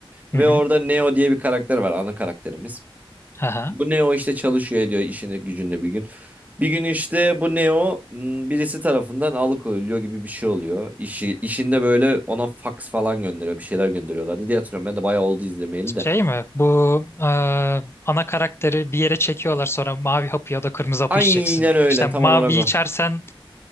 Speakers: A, on the right; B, on the left.
A: Ve
B: Hı hı.
A: orada Neo diye bir karakter var ana karakterimiz.
B: Aha.
A: Bu Neo işte çalışıyor ediyor işinde gücünde bir gün. Bir gün işte bu Neo m, birisi tarafından alıkoyuluyor gibi bir şey oluyor. İşi, işinde böyle ona fax falan gönderiyor bir şeyler gönderiyorlardı diye hatırlıyorum. Ben de bayağı oldu izlemeyeli de.
B: Şey mi? Bu e, ana karakteri bir yere çekiyorlar sonra mavi hapı ya da kırmızı hapı
A: Aynen
B: içeceksin.
A: öyle
B: İşte mavi
A: tam olarak
B: içersen
A: o.